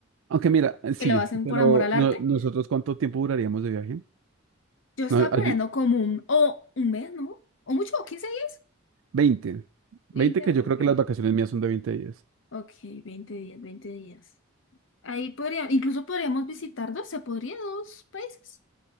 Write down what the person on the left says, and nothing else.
que lo hacen
por amor al arte.
Yo estaba
planeando
como un, o un mes, ¿no? O mucho, o 15 días.
veinte
ok.
Ok, 20 días, 20 días. Ahí podría, incluso podríamos visitar dos, se podría dos países.